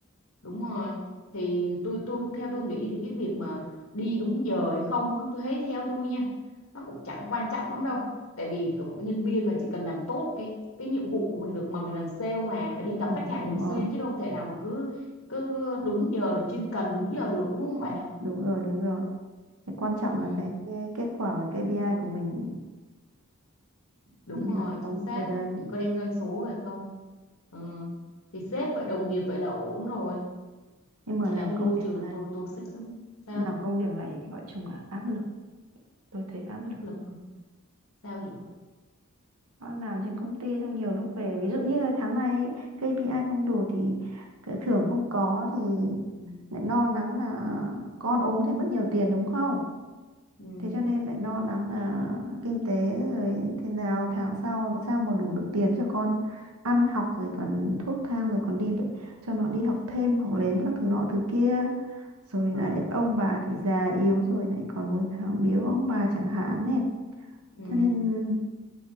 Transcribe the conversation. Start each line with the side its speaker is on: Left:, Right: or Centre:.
Left: đúng rồi thì tôi tôi theo tôi nghĩ thì cái việc mà đi đúng giờ hay không á, tôi thấy theo tôi nha nó cũng chẳng quan trọng lắm đâu tại vì cái nhân viên mà chỉ cần làm tốt cái cái nhiệm vụ của mình được mà mình làm sale mà phải đi gặp
Right: Ừ,
Left: khách hàng
Right: đúng
Left: thường xuyên
Right: rồi.
Left: chứ đâu thể nào mà cứ cứ đúng giờ rồi chuyên cần đúng giờ được đúng không bà
Right: đúng rồi đúng rồi Cái quan trọng
Left: ừ,
Right: là cái, cái kết quả và KPI của mình
Left: đúng
Right: nó
Left: rồi
Right: có
Left: chính xác
Right: cái đấy
Left: mình có đem doanh số về không ừ. thì sếp vậy đồng nghiệp vậy là ổn rồi
Right: nhưng mà
Left: chả
Right: làm
Left: như
Right: công
Left: môi
Right: việc
Left: trường
Right: này
Left: tôi toxic lắm sao
Right: làm công việc này gọi chung là áp lực tôi thấy áp
Left: áp
Right: lực
Left: lực à? sao vậy
Right: Nó làm trên công ty xong nhiều lúc về ví dụ như là tháng này ấy, KPI không đủ thì cái thưởng không có thì
Left: ừ.
Right: lại lo lắng là con ốm thì mất nhiều tiền đúng không
Left: Ừ.
Right: thế cho nên lại lo lắng là kinh tế rồi thế nào tháng sau làm sao mà đủ được tiền cho con ăn học rồi còn thuốc thang rồi còn đi bệnh cho nó đi học thêm học lếm các thứ nọ thứ kia rồi
Left: Ờ.
Right: lại ông bà thì già yếu rồi lại còn mỗi tháng biếu ông bà chẳng hạn này
Left: Ừ.
Right: cho nên